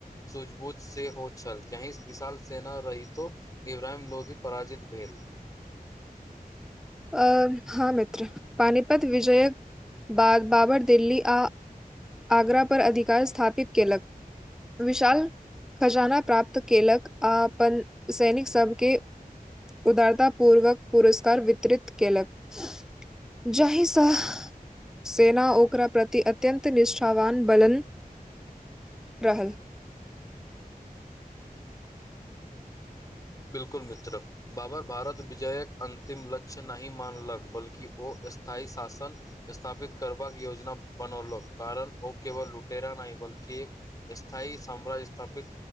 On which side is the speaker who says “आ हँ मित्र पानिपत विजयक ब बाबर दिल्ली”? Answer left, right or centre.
Centre